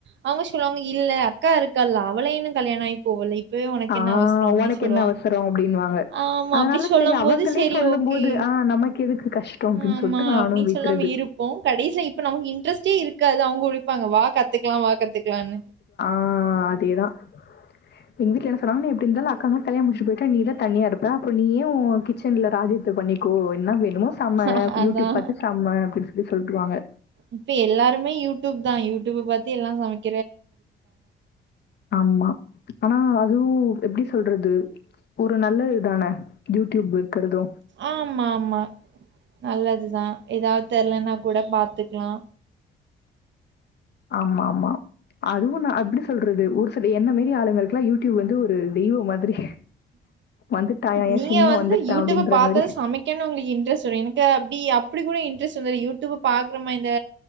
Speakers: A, on the right; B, on the left.
A: அவங்க சொல்லுவாங்க யில்ல அக்காயிருகல்ல அவளே இன்னும் கல்யாணயமாகி போகல கே உனக்கு
B: "ஆ
A: என்ன அவசரம் அப்டினு
B: உனக்கு
A: சொல்லுவாங்க
B: என்ன அவசரம்?" அப்டின்னுவாங்க.
A: ஆமா
B: அதனால
A: அப்டி சொல்லும்
B: சரி அவங்களே
A: போது செரி
B: சொல்லும்போது,
A: ஓகே
B: "ஆ நமக்கு எதுக்கு கஷ்டம்?" அப்டின்னு
A: ஆமா
B: சொல்லிட்டு நானும்
A: அப்படினு
B: விட்றது.
A: செல்லமாயிருபோம் கடைசில நமக்கு இன்டரஸ்ட்டே க்துஅவங்க உலிபாங்க வா கத்துகலாம் வா கத்துகலாம்
B: ஆஹ அதேதான் எங்க வீட்டுல என்ன சொன்னாங்கன நீ எப்படியிருந்தாலும் அக்காவ கல்யாண முடிச்சுட்டுபோயிட்ட நீ தான் தனியாயிருப்ப அப்ரோம் நீயும் கிச்ன்ல ராஜயத்தே பண்ணிகோ என்ன வேணுமோ சமை
A: ஆ அதான்.
B: யூடிப் பாத்து சம அப்பிடின்னு ப்படி சொல்ட்டுவாங்க
A: இப்பஎல்லாருமே யூடிப் தான் யூடிப் பாத்துஎ ல்லாம் சமைக்
B: ஆம்மா ஆனா அ துவு எப்டி சொல்றது ஒரு நல்ல இதானே யூட்யூப் இருக்குறது
A: ஆமாமா நல்லதுதா எதாவ் தெர்லனா கூட பாத்துக்லா
B: ஆமாமா அதுவு நா எப்டி சொல்றது ஒரு சில என்ன மாரி ஆளுங்களுக்லா யூடியூப் வந்து ஒரு தெய்வ மாதிரி வந்துட்டாயாம், என்
A: நீங்க
B: சிங்கம்
A: வந்து
B: வந்துட்டான்
A: யூடியூப
B: அப்டின்ற
A: பாத்தது
B: மாரி.
A: சமைக்கன்னு உங்ளுக்கு இன்ட்ரெஸ்ட் வரு எனக்கு அப்டி அப்டி கூட இன்ட்ரெஸ்ட் வந்த யூட்யூப பாக்குறமா இந்த